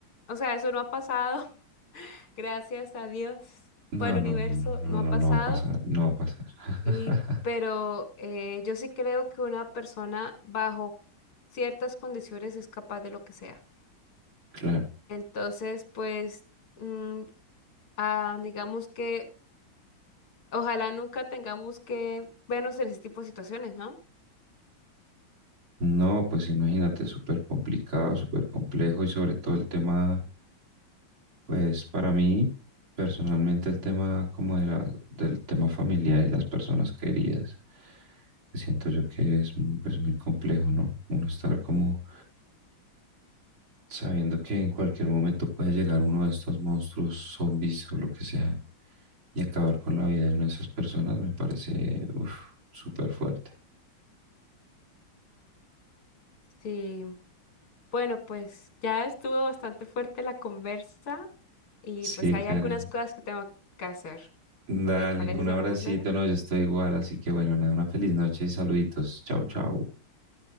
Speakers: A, on the left; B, on the right.
A: o sea, eso no ha pasado, <laughs> gracias a Dios
B: no,
A: o al universo,
B: no, no, no, no,
A: no ha
B: no,
A: pasado.
B: no va a pasar, no va a pasar. <laughs>
A: Y, pero eh, yo sí creo que una persona bajo ciertas condiciones es capaz de lo que sea.
B: Claro.
A: Entonces, pues, mm, ah, digamos que ojalá nunca tengamos que vernos en ese tipo de situaciones, ¿no?
B: No, pues imagínate, súper complicado, súper complejo y sobre todo el tema. Pues para mí, personalmente, el tema como de la- del tema familiar y las personas queridas, que siento yo que es mm, pues, muy complejo, ¿no? Uno estar como sabiendo que en cualquier momento puede llegar uno de estos monstruos, zombies o lo que sea, y acabar con la vida de una de esas personas me parece, uf, súper fuerte.
A: Sí, bueno, pues ya estuvo bastante fuerte la conversa y
B: Sí,
A: pues hay
B: Karen.
A: algunas cosas que tengo que hacer.
B: Dale,
A: ¿Te parece
B: un
A: si
B: abracito,
A: hablamos luego?
B: no, yo estoy igual, así que bueno, nada, una feliz noche y saluditos. Chau, chau.